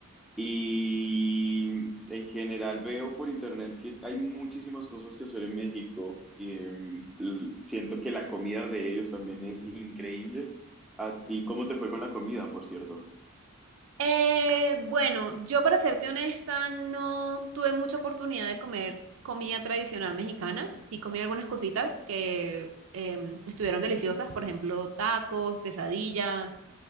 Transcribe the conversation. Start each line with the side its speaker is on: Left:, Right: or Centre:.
Centre: Y en general veo por internet que hay muchísimas cosas que hacer en México. Y, em, l- siento que la comida de ellos también es increíble. ¿A ti cómo te fue con la comida, por cierto?
Right: Eh, bueno, yo para serte honesta no tuve mucha oportunidad de comer comida tradicional mexicana. Sí comí algunas cositas que em, estuvieron deliciosas, por ejemplo, tacos, quesadillas